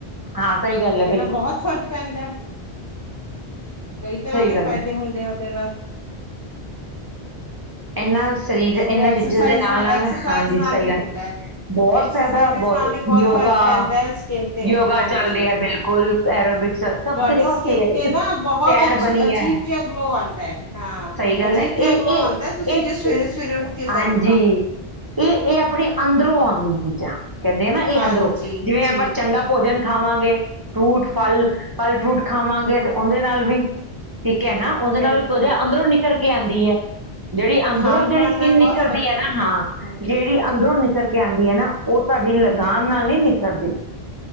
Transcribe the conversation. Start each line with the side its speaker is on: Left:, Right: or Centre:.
Right: ਹਾਂ ਸਹੀ ਗੱਲ
Left: ਉਹਦੇ
Right: ਹੈ ਬਿਲਕੁਲ
Left: ਨਾਲ ਬਹੁਤ ਫ਼ਰਕ ਪੈਂਦਾ, ਕਈ ਤਰ੍ਹਾਂ
Right: ਸਹੀ
Left: ਦੇ
Right: ਗੱਲ
Left: ਫਾਇਦੇ
Right: ਹੈ
Left: ਹੁੰਦੇ ਆ ਉਹਦੇ ਨਾਲ।
Right: ਇਹਨਾਂ ਸਰੀਰ ਇਹਨਾਂ
Left: ਥੋੜੇ ਐਕਸਰਸਾਈਜ਼
Right: ਚੀਜ਼ਾਂ ਦੇ ਨਾਲ- ਨਾਲ
Left: ਐਕਸਰਸਾਈਜ਼
Right: ਹਾਂਜੀ,
Left: ਨਾਲ
Right: ਸਹੀ
Left: ਵੀ
Right: ਗੱਲ
Left: ਹੁੰਦਾ ਹੈ
Right: ਬਹੁਤ
Left: ਐਕਸਰਸਾਈਜ਼
Right: ਫਾਇਦਾ, ਬਹੁਤ
Left: ਨਾਲ ਵੀ
Right: ਯੋਗਾ
Left: ਫ਼ਰਕ ਪੈਂਦਾ ਹੈ ਸਕਿੰਨ ਤੇ
Right: ਯੋਗਾ
Left: ਹਾਂਜੀ
Right: ਚੱਲਦੇ ਹੈ ਬਿਲਕੁਲ ਕੁਲ ਐਰੋਬਿਕਸ ਸਭ
Left: ਤੁਹਾਡੇ
Right: ਕਿਸ ਵਾਸਤੇ
Left: ਸਕਿਨ ਤੇ
Right: ਐ
Left: ਨਾ
Right: ਸੈਰ
Left: ਬਹੁਤ ਅੱਛੀ
Right: ਬਨੀ
Left: ਅਜੀਬ
Right: ਐ।
Left: ਜਿਹਾ ਗਲੋ ਆਂਦਾ ਹੈ ਹਾਂ
Right: ਸਹੀ ਗੱਲ
Left: ਅਜੀਬ
Right: ਏ ਇਹ
Left: ਜਿਹਾ ਗਲੋ ਆਂਦਾ ਹੈ ਤੁਸੀਂ
Right: ਇਹ ਇਹ
Left: ਜੇ ਸਵੇਰੇ ਸਵੇਰੇ ਉੱਠ ਕੇ
Right: ਹਾਂਜੀ।
Left: ਕਰੋ ਤਾਂ
Right: ਇਹ ਇਹ ਆਪਨੇ ਅੰਦਰੋਂ ਆਉਂਦੀ ਚੀਜ਼ਾਂ। ਕਹਿੰਦੇ ਆ ਨਾ ਇਹ
Left: ਹਾਂਜੀ
Right: ਅੰਦਰੋਂ ਜਿਵੇਂ
Left: ਜੀ
Right: ਆਪਾਂ ਚੰਗਾ ਪੋਜਨ ਖਾਵਾਂਗੇ ਫਰੂਟ ਫਲ। ਫਲ ਫਰੂਟ ਖਾਵਾਂਗੇ
Left: ਹੂੰ
Right: ਤੇ ਓਹਦੇ ਨਾਲ ਵੀ ਠੀਕ ਐ ਨਾ ਓਹਦੇ
Left: ਬਿਲਕੁਲ
Right: ਨਾਲ ਵੀ ਤਵਾਚਾ ਅੰਦਰੋਂ ਨਿਕਲ ਕਰਕੇ ਆਂਦੀ ਐ, ਜਿਹੜੀ ਅੰਦਰੋਂ
Left: ਖਾਣ
Right: ਜਿਹੜੀ
Left: ਪਾਣ
Right: ਸਕਿੰਨ
Left: ਨਾਲ ਬਹੁਤ
Right: ਨਿਖਰਦੀ
Left: ਫ਼ਰਕ
Right: ਐ
Left: ਪੈਂਦਾ
Right: ਨਾ, ਹਾਂ,
Left: ਹੈ ਹੂੰ
Right: ਜਿਹੜੀ ਅੰਦਰੋਂ ਨਿਖਰਕੇ ਆਦੀ ਐ ਨਾ, ਓਹ ਤੁਹਾਡੀ ਲਗਾਨ ਨਾਲ ਨਹੀਂ ਨਿਖਰਦੀ।